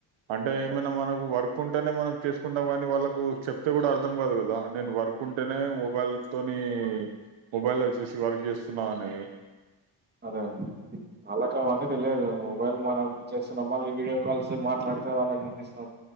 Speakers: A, on the right; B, on the right.
A: అంటే
B: అంతే
A: ఏమైనా మనకు వర్ కుంటనే మనం చేసుకుంటాం గానీ వాళ్ళకు చెప్తే గూడా అర్థం కాదు గదా, నేను వర్క్ ఉంటేనే మొబైల్ తోని, మొబైల్ వచ్చేసి వర్క్ చేస్తున్నా అని
B: అదే ఆల్లకవన్నీ తెలియదు మొబైల్ మనం ఇచ్చెస్ మళ్ళీ వీడియో కాల్స్ మాట్లాడితే వాళ్ళని చూపిస్తాం